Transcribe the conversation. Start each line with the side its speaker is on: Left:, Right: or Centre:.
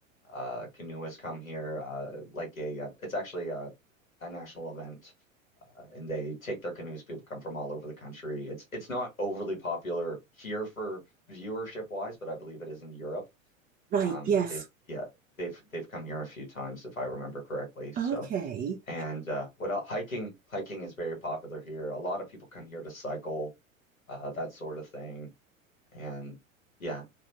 Left: uh, canoe has come here. Uh, like a uh, it's actually a, a national event, uh, and they take their canoes. People come from all over the country. It's it's not overly popular here for viewership wise, but I believe it is in Europe.
Right: Right.
Left: Um,
Right: Yes.
Left: they yeah they've they've come here a few times if I remember correctly. So
Right: Okay.
Left: and uh, what else? Hiking, hiking is very popular here. A lot of people come here to cycle, uh, that sort of thing. And yeah,